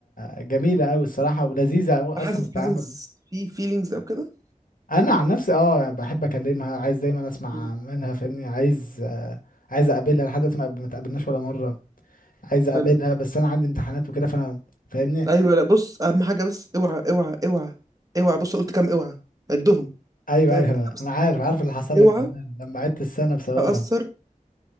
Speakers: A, on the left (about 75°); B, on the right (about 25°).
A: جميلة قوي الصراحة ولذيذة قوي اصلا
B: حاسس
A: في التعامل
B: حاسس في فيلينجز او كده
A: انا عن نفسي اه بحب اكلمها عايز دايما اسمع
B: مم.
A: منها فاهمني عايز آه، عايز اقابلها لحد دلوقتي ما ما اتقابلناش ولا مره عايز اقابلها
B: حلو
A: بس انا عندي امتحانات وكده فانا فاهمني
B: ايوه لا بص اهم حاجه بس اوعى اوعى اوعى اوعى بص قلت كام اوعى عدهم
A: ايوه
B: كام
A: ايوه
B: خمسة.
A: انا عارف عارف اللي حصل
B: اوعى
A: لك زمان لما عدت السنه بسببها
B: تاثر